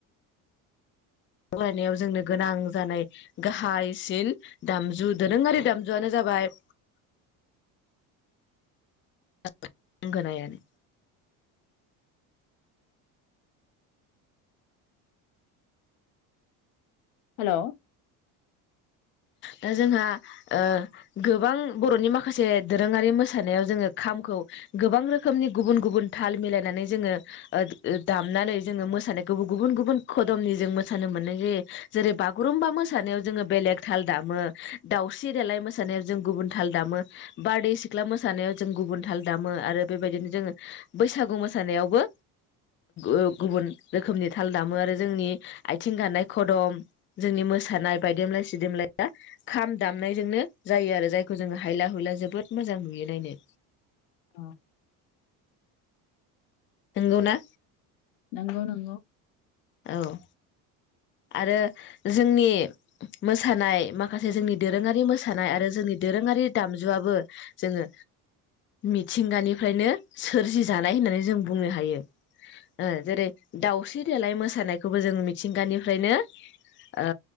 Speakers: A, on the left; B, on the left.
A: खामानियाव जोंनो गोनां जानाय गाहायसिन दामजु दोरोंआरि दामजुआनो जाबाय <unintelligible> गंगोनायानो
B: हेलौ
A: दा जोंहा ओ गोबां बर'नि माखासे दोरोङारि मोसानायाव जोङो खामखौ गोबां रोखोमनि गुबुन गुबुन थाल मिलायनानै जोङो ओ ओ दामनानै जोङो मोसानायखौ गुबुन गुबुन खदमनि जों मोसानो मोननाय जायो जेरै बागुरुम्बा मोसानायाव जोङो बेलेग थाल दामो दाावस्रि देलाय मोसानायाव जों गुबुन थाल दामो बारदै सिख्ला मोसानायाव जों गुबुन थाल दामो आरो बेबायदिनो जोङो बैसागु मोसानायावबो ओ गुबुन रोखोमनि थाल दामो आरो जोंनि आथिं गानाय खदम जोंनि मोसानाय बायदेमब्लाय सि सिदेमलाया खाम दामनायजोंनो जायो आरो जायखौ जोङो हायला हुइला जोबोद मोजां नुयो नायनो
B: अ
A: नंगौ ना
B: नोंगौ नोंगौ
A: औ आरो जोंनि मोसानाय माखासे जोंनि दोरोङारि मोसानाय आरो जोंनि दोरोङारि दामजुआबो जोङो मिथिंगानिफ्रायनो सोरजि जानाय होननानै जों बुंनो हायो‌ ओ जेरै दाउस्रि देलाय मोसानायखौबो जों मिथिंगानिफ्रायनो ओ